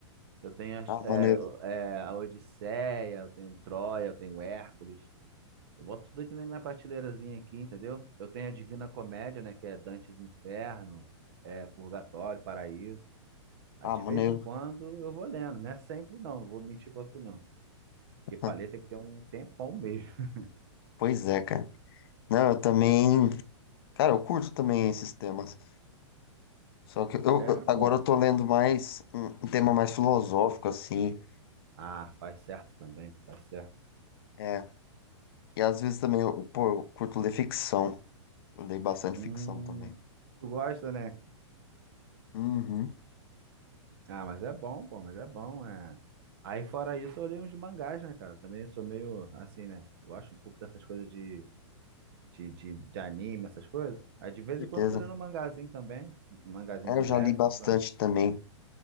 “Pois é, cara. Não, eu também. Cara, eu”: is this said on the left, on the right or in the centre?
Left